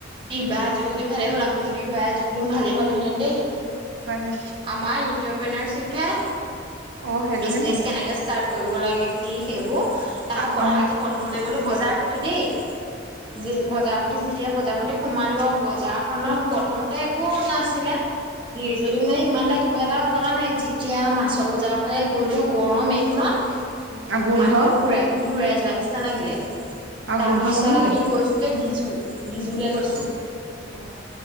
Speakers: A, on the right; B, on the right.
A: দি বা যোৰ যদি ভালেই হ'ল আমি যদি বেয়া য হলেমি ভালেই পালোহেঁতেন দেই
B: সঁচাকে
A: আমাৰ ইণ্টাৰপেনাৰচিপ হে
B: অ সেইটোহে
A: বিজনেচ
B: নি
A: কেনেকে ষ্টাৰ্ট কৰিব লাগে কি সেইবোৰ তাহৰ
B: অ
A: পৰা
B: অ
A: আজি প্ৰথমতে গ'লো বজাৰ দেই যে বজাৰ প্ৰতি যেতিয়া বজাৰপতি সোমালো আৰু বজাৰখনত প্ৰথমতে একো নাছিলে
B: উম
A: হিৰ যদিও মানে ইমান এটা কিবা এটা হ'লাই কনাই যেতিয়া মাছৰ বজাৰৰ ফালে গ'লো গৰম এইখনত
B: উম আৰু গোন্ধ
A: মাথাটো ঘূৰাই ঘূৰাই যোৱা নিচিনা লাগিলে
B: আৰু
A: তাৰপিছত
B: গোন্ধ কম নেকি
A: আমি গৈছোগে ডিজু ডিজুলে গৈছো
B: আহ